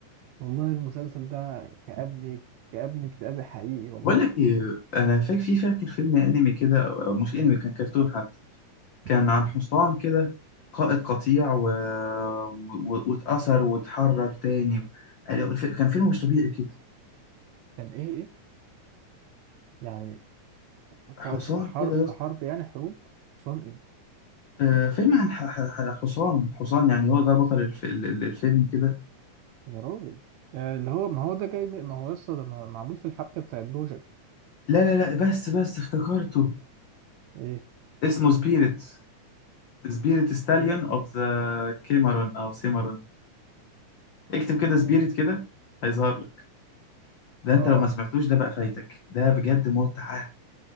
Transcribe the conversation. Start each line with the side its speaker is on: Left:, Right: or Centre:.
Right: والله المسلسل ده كأبني كأبني اكتئاب حقيقي والله
Left: بقول لك ايه انا فاكر في فاكر فيلم انمي كده أو- أو مش انمي كان كرتون حتى كان
Right: مم.
Left: عن حصان كده قائد قطيع و... و... واتأثر واتحرر تاني قال- ف- كان فيلم مش طبيعي كده
Right: كان ايه ايه يعني
Left: حصان
Right: قائد حرب
Left: كده يا اسطى.
Right: في حرب يعني حروب حصان ايه
Left: آه، فيلم عن ح... ح... ح- حصان حصان يعني هو ده بطل الف... ال- ال- الفيلم كده
Right: يا راجل آه، اللي هو ما هو ده جاي من- ما هو يسطا ده معمول في الحبكة بتاعت بوجك
Left: لا لا لا بس بس افتكرته
Right: ايه
Left: اسمه سبيريت سبيريت ستاليون
Right: سبير
Left: اوف ذا كيمرون او سيمرون اكتب كده سبيريت
Right: اه
Left: كده هيظهر لك ده انت
Right: آه.
Left: لو ما سمعتوش ده بقى فايتك ده بجد متعة